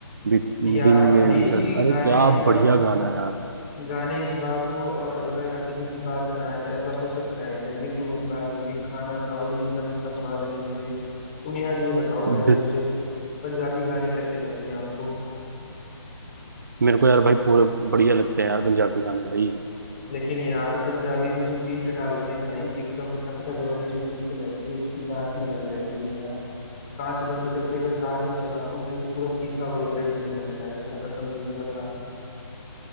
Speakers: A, on the right; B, on the left.
A: बि-
B: यार
A: दिन
B: भाई
A: ये विसर अरे
B: गाने
A: क्या
B: की बात
A: बढ़िया
B: हो
A: गाना है यार
B: गाने की बात हो और अलगा याग्निक की बात ना आए ऐसा हो सकता है क्या ये तो वही बात हो गई खाना खाओ लेकिन नमक का स्वाद न मिले तुम यार ये बताओ
A: बि-
B: पहले मुझे पंजाबी गाने कैसे लगते हैं आपको
A: मेरे को यार भाई पूरे बढ़िया लगते हैं यार पंजाबी गाने भाई
B: लेकिन यार पंजाबी में जो बीट डालते हैं भाई एकदम धक धक वाली जो बीट रहती है उसकी बात ही अलग रहती है यार कांच बंद करके अगर कार में चलाओ ना भाई तो पूरा शीशा वाइब्रेट होने लगता है यार कसम से मैं बता रहा हूँ